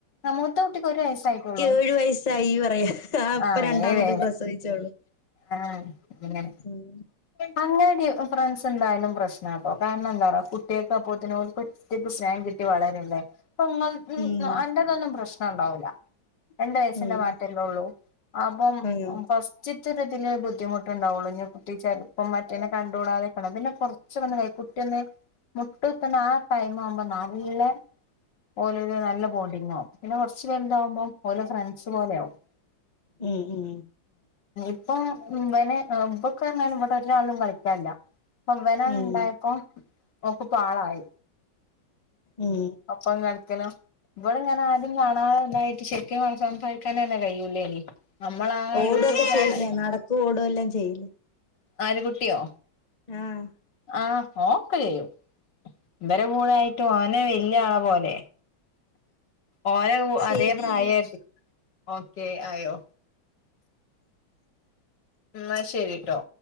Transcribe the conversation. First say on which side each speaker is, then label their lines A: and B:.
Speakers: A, on the left; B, on the left.
A: മൂത്ത കുട്ടിക്ക്ൊ ഒരു വയസായിട്ടുള്ളൂ
B: ഏഴു വയസ്സായി പറയാ ഇപ്പൊ
A: ആ
B: രണ്ടാമത്
A: ഏഴ്യ
B: പ്രസവിച്ചോളൂ
A: ആഹ അെ
B: ഉം
A: അങ്ങട ഫ്രണ്ട്സ് എന്തായാലും പ്രശ്നം കേട്ടോ കാരണം എന്താറാ കുട്ടികക്ക അപ്പത്തിന കുറ്റക്ക് സ്നേം കിട്ടി വളരല്ലേ അപ്പൊ നിങ്ങൾ
B: ഉം
A: അന്റെറതൊന്നും പ്രശ്നം ഉണ്ടാവൂില്ല രണ്ട വയസിന്റെ
B: ഉം
A: മാറ്റല്ലേ ഉള്ളൂ അപ്പം
B: അങ്ങനെ
A: ഫസ്റ്റ് ഒറ്റൊരിതിൽ ബുദ്ധിമുട്ടുണ്ടാവുള്ളൂ കുട്ടി ചിലപ്പം മറ്റേന്നെ കണ്ടുകൂടാതെക്ക പിന്നെറച്ച് മുട്ടത്തന പൈമ്പ നള ഇല്ല ഓലരു നല്ല ബോണ്ടിങ് ആകും പിന്നെ കുറച്ചു പേര്ന്താാവുമ്പോം ഓലെ ഫ്രണ്ട്സ് പോലെ ആകും
B: ഉം ഉം
A: ഇപ്പൊനെ ഇപ്പൊക്കറഞ്ഞാലും ഇോട്ട ഒരാളും കളിക്കില്ല പൊവന
B: ഉം
A: ഇണ്ടായപ്പോ നോക്കപ്പോാളായി
B: ഉം
A: ഒപ്പ കളിക്കലും ഇവിടെ ഇങ്ങനെ കാണാതായിട്ട് ശരിക്കും സംസാരിക്കാനൻ തന്നെ കഴിയൂലേനി നമ്മളാ
B: ഓടൊക്കെ
A: യൂട്യൂബ് ചാനൽ
B: ചെയ്യിലേ നടക്കും ഓട എല്ലാം ചെയ്യിലേ
A: ആന കുുട്ടിയോ
B: ആഹ
A: ആഹ ഓക്ക ചെയ്യും ഇവരെ കൂടൊയിട്ട് ഓനെ വല്ിയ ആളെ പോലെ ഓര
B: ശരി
A: അതേ പ്രായമായിരിക്ക ഓക്കെ ആയോ ന്നാ ശെരിട്ടോ